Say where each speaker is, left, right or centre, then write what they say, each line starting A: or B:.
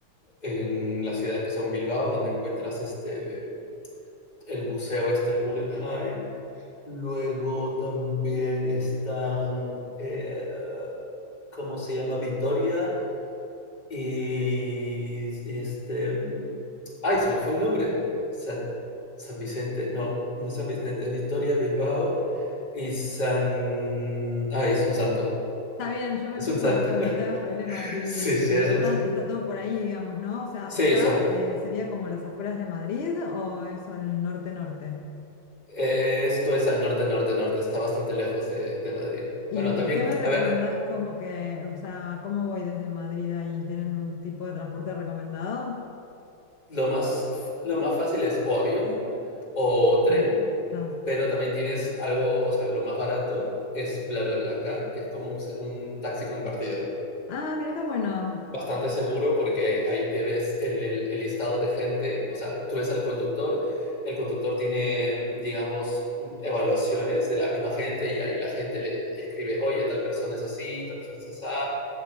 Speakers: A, on the left (about 25°); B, on the left (about 60°).
A: en las ciudades que son Bilbao, donde encuentras este, el museo este, el Guggenheim. Luego también están, eh, ¿cómo se llama? Vitoria Y este, mm, ay, se me fue el nombre. San, San Vicente, no, no es San Vicente, es Victoria, Bilbao y San, ay, es un santo,
B: Está bien, yo me
A: es
B: fijo
A: un santo.
B: después,
A: <laughs>
B: no te hagas problema. Y,
A: Sí,
B: mm,
A: sí, es
B: pero
A: un,
B: está, está todo por ahí, digamos, ¿no? O sea,
A: sí,
B: está,
A: son.
B: eh, sería como las afueras de Madrid o eso el norte-norte.
A: Eh, esto es al norte, norte, norte, está bastante lejos de, de Madrid.
B: ¿Y,
A: Bueno, también,
B: y qué me recomendás
A: a ver,
B: como que, o sea, cómo voy desde Madrid ahí? ¿Tienen un tipo de transporte recomendado?
A: Lo más, lo más fácil es o avión o tren,
B: Ah, está.
A: pero también tienes algo, o sea, lo más barato es bla car, que es como un, un taxi compartido.
B: Ah, mira qué bueno.
A: Bastante seguro porque ahí te ves en el, el listado de gente, o sea, tú ves al conductor, el conductor tiene, digamos, evaluaciones de la misma gente y ahí la gente le escribe, oye, tal persona es así, tal persona es así,